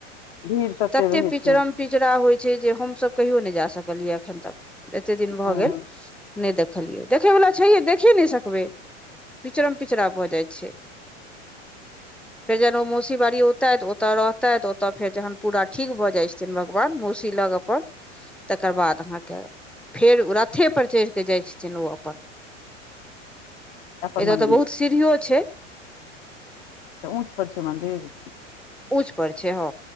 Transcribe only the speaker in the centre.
ततेक
पिचड़म
पिचड़ होइ छै जे हम सभ कहियो नहि जा सकलियै एखन तक। एते दिन भऽ
गेल नहि देखलियै, देखैवला छैहे, देखिए नहि सकबै, पिचड़म पिचड़ भऽ जाइ छै। फेर जना ओ मौसी बारी एतऽ अएत, ओतऽ रह। तऽ ओतऽ फेर जहन पूरा ठीक भऽ जाइ छथिन, भगवान मौसी लग अपन तऽ तकर बाद अहाँके फेर रथे पर चढ़ि कऽ जाइ छथिन ओ अपन।
एत
तऽ बहुत सीढ़ीयो छै।
ऊँच पर छै, हँ